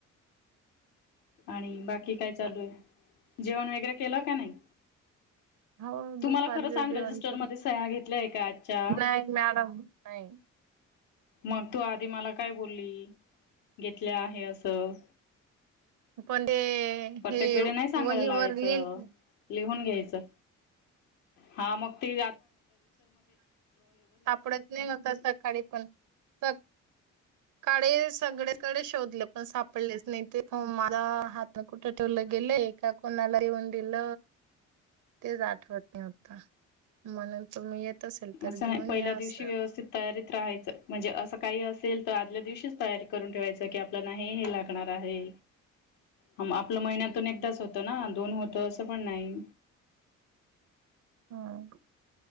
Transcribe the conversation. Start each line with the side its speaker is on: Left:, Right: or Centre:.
Left: आणि बाकी काय चालू
Right: का
Left: आहे, जेवण वगैरे केलं का नाही.
Right: हो
Left: तुम्हाला
Right: दुपारीच्या
Left: खरं सांग
Right: जेवण
Left: रजिस्टरमध्ये
Right: तर
Left: सह्या घेतल्या आहे का आजच्या
Right: नाही मॅडम नाही <inaudible>
Left: मग तू आधी मला काय बोलली घेतल्या आहे असं.
Right: पण ते.
Left: प्रत्येक
Right: हे
Left: वेळे नाही सांगायला
Right: वहीवर
Left: लावायचं
Right: लिहिल
Left: लिहून घ्यायचं. हा मग त <unintelligible>
Right: सापडत नाही होता सकाळी पण स काडे सगळ्याकडे शोधले पण सापडलेच नाही ते माझ हात कुठं ठेवलंय. गेल् एका कोनाला येऊदिल. तेच आठवत न होत म्हणून तुम् येत असेल तर
Left: असं
Right: घेऊन
Left: नाही पहिल्या
Right: या असं
Left: दिवशी व्यवस्थित तयारीत राहायचं म्हणजे असं काही असेल तर आदल्या दिवशीच तयारी करून ठेवायच की, आपल्याला हे लागणार आहे. ह आपलं महिन्यातून एकदाच होतं, ना दोन होतं असं पण नाही.
Right: हम्म.